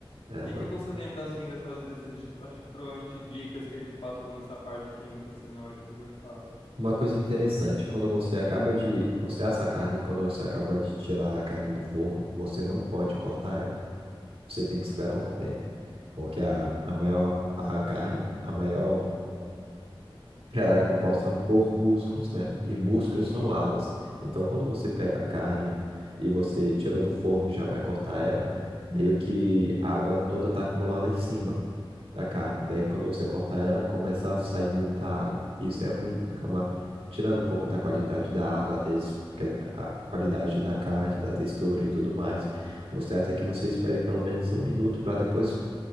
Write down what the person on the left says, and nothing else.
O que
que você lembra, assim, dessas, dessas, acho que provavelmente dicas que ele te passou nessa parte química, assim, na hora de fazer o churrasco?
Uhum.